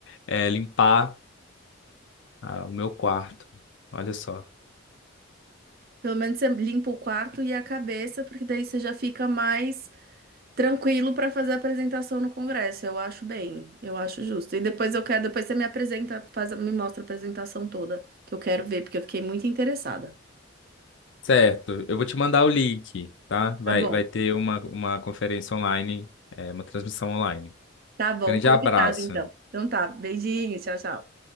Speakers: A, on the left (about 65°); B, on the right (about 45°).
A: é, limpar, ah, o meu quarto. Olha só.
B: Pelo menos você limpa o quarto e a cabeça, porque daí você já fica mais tranquilo para fazer a apresentação no Congresso. Eu acho bem, eu acho justo. E depois eu quero, depois você me apresenta, faz, me mostra a apresentação toda, que eu quero ver, porque eu fiquei muito interessada.
A: Certo, eu vou te mandar o link, tá? Vai,
B: Tá bom,
A: vai ter uma, uma conferência online, é, uma transmissão online.
B: tá bom,
A: Grande
B: combinado
A: abraço.
B: então. Então tá, beijinho, tchau, tchau.